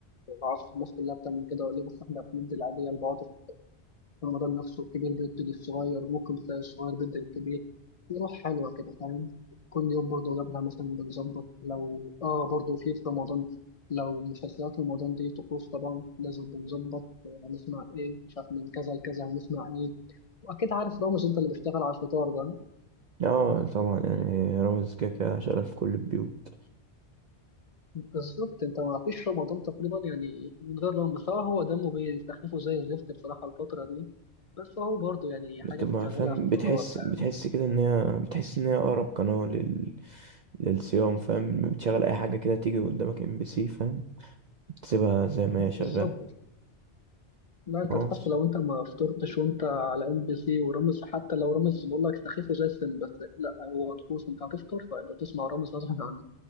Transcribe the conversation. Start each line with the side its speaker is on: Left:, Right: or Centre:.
Left: معرفش الناس كلها بتعمل كده ولا إيه بس إحنا بندي العادية لبعض رمضان نفسه الكبير بيدي للصغير وممكن تلاقي الصغير بيدي للكبير في روح حلوة كده فاهم كل يوم برضه قبلها مثلا بنظبط لو اه برضه في في رمضان لو مسلسلات رمضان دي طقوس طبعا لازم بنظبط هنسمع ايه مش عارف من كذا لكذا هنسمع ايه واكيد عارف رامز انت اللي بيشتغل على الفطار ده
Right: اه طبعا يعني رامز كده كده شغال في كل البيوت
Left: بالظبط انت ما فيش رمضان تقريبا يعني من غير رامز اه هو دمه بيستخفه زي الزفت بصراحة الفترة دي بس هو برضه يعني
Right: بتبقى
Left: حاجة بتشغلها
Right: فاهم
Left: في الفطار
Right: بتحس
Left: فاهم؟
Right: بتحس كده ان هي بتحس ان هي اقرب قناه لل... للصيام فاهم بتشغل اي حاجه كده تيجي قدامك ام بي سي فاهم تسيبها زي ما هي شغالة
Left: بالظبط لا انت
Right: خلاص
Left: تحس لو انت ما فطرتش وانت على ام بي سي ورامز حتى لو رامز بقول لك سخيفه زي السن بس لا هو طقوس انت هتفطر فيبقى تسمع رامز غصب عنك